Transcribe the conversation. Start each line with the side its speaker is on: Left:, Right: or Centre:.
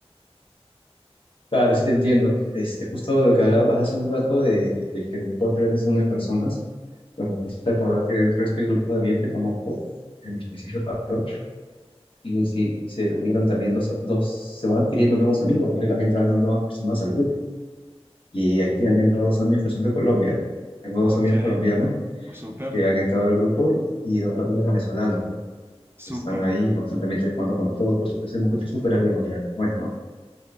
Left: Claro, sí te entiendo. Este, justo lo que hablabas hace un rato de, de que el deporte a veces une personas, pues me hiciste acordar que dentro de este grupo de amigos que conozco, en el que sí reparo, y sí, se unieron también dos, dos, se van adquiriendo nuevos amigos, ¿no? Y van entrando nuevas personas al grupo. Y aquí han entrado dos amigos que son de Colombia. Tengo
Right: Ok,
Left: dos amigos colombianos
Right: pues súper,
Left: que han entrado al grupo y, y dos amigos venezolanos, ¿no?
Right: súper.
Left: que Están ahí constantemente jugando con nosotros, nos hemos hecho súper amigos, mira, ¿cómo es, no?